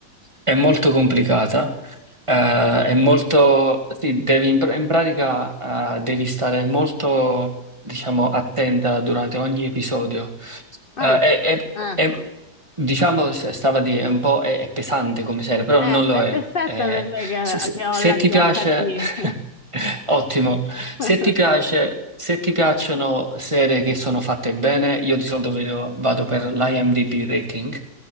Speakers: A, on the right; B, on the left.
A: è molto complicata, eh, è molto, sì, devi in, pr- in pratica eh, devi stare molto diciamo, attenta durante ogni episodio.
B: Ah,
A: Eh, è, è-
B: ecco.
A: è- diciamo, s- stava a dire, è un po' è, è pesante come serie, però
B: Eh,
A: non lo
B: è
A: è.
B: perfetta
A: Eh,
B: per me che,
A: se, se-
B: che ho
A: se
B: la
A: ti
B: DHD.
A: piace, <laughs> ottimo. Se
B: <laughs>
A: ti piace, se ti piacciono serie che sono fatte bene, io di solito vedo- vado per l'IMDb rating.